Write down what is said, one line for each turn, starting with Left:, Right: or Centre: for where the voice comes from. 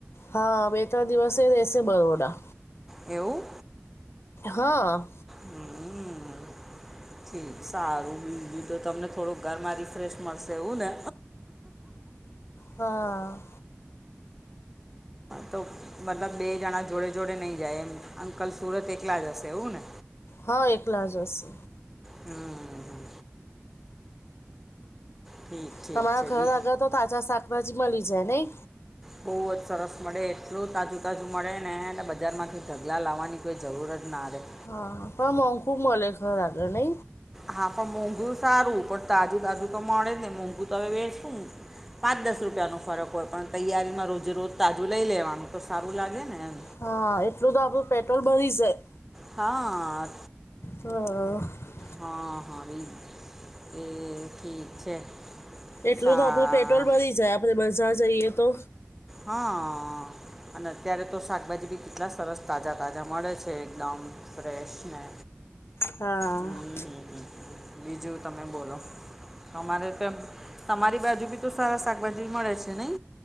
Left: હા બે ત્રણ દિવસે રેશે બરોડા
Centre: એવું
Left: હા
Centre: હમ. ઠીક સારું બીજુ તો તમને થોડુંક ઘરમાં રિફ્રેશ મળશે એવું ને
Left: હા
Centre: તો મતલબ બે જણા જોડે જોડે નઈ જાય એમ અંકલ સુરત એક એકલા જ શે એવું ને
Left: હા એકલા જ હશે
Centre: હમ ઠીક ઠીક
Left: તમારા
Centre: છે
Left: ઘર
Centre: બી
Left: આગળ તો તાજા શાકભાજી મલી જાય નઈ
Centre: બોઔજ સરસ મળે એટલું તાજું તાજું મળે ને બજારમાંથી ઢગલા લાવવાની કોઈ જરૂર જ ના રેય
Left: હા પન મોઘુ મલે ઘર આગળ નઇ
Centre: હા પણ મોંઘું સારું પણ તાજું તાજું તો મળે જ ને મોંઘું તો હવે વેસ હું પાંચ દસ રૂપિયાનો ફરક હોય પણ તૈયારીમાં રોજે રોજ તાજું લઈ લેવાનું તો સારું લાગે ને એમ
Left: હા એટલું તો આપડું પેટ્રોલ બળી જાય
Centre: હા
Left: હા <inaudible>
Centre: હા હા ઈજ એ ઠીક છે <unintelligible>
Left: એટલું
Centre: હા
Left: તો આપણું પેટ્રોલ ભરી જાય આપણે બજાર જઈએ તો
Centre: હા અને અત્યારે તો શાકભાજી બી કેટલા સરસ તાજા તાજા મળે છે એકદમ ફ્રેશ ને
Left: હા
Centre: હમ હમ બીજું તમે બોલો અમારે તો તમારી બાજુ બી તો સારા શાકભાજી મળે છે નઈ?